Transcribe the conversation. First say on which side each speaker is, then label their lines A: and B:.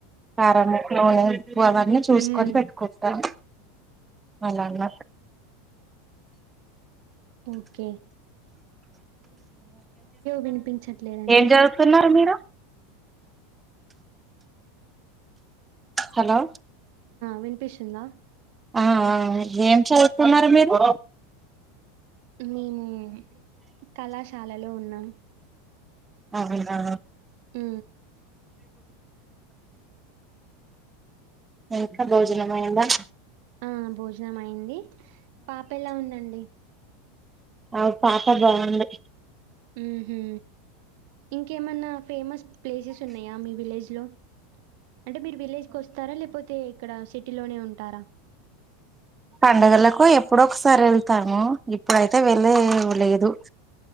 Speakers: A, on the right; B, on the right.
A: కారం ఉప్పు ఉప్పు అవన్నీ చూసుకొని
B: హ్మ్
A: పెట్టుకో ట అలా అన్న
B: పూకే వినిపించట్లేదండి
A: ఏం చదువుతున్నారు మీరు హలో
B: వినిపిసుందా
A: ఆ ఆ ఏం చవుతున్నారు మీరు
B: మేము కళాశాలలో ఉన్నాం
A: అవునా
B: ఊ
A: ఇంకా భోజనం అయ్యిందా
B: ఆ భోజనం అయింది పాప ఎలా ఉందండి
A: అవ్ పాప బాంది
B: ఉహు ఇంకేమన్నా ఫేమస్ ప్లేసెస్ ఉన్నాయా మీ విలేజ్ లో అంటే మీరు విలేజ్ కు వస్తారా లేకపోతే ఇక్కడ సిటీ లోనే ఉంటారా
A: పడుగలకు ఎప్పుడ ఒకసారి వెళ్తాను ఇప్పుడైతే వెళ్లే లేదు